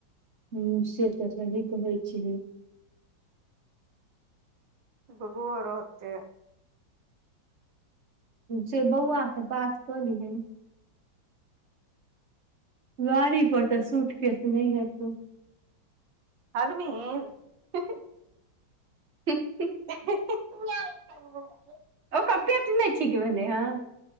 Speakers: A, on the right; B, on the right.
A: ह से तऽ सही कहै छही
B: वोहो रहतै
A: से बौआ से बात क लिहनै गाड़ी पर तऽ सूट के त नहि हेतौ
B: रागनी <unintelligible>
A: त <unintelligible>
B: <unintelligible> <inaudible> <inaudible>
A: ओकर पेट नहि ठीक भेलै हँ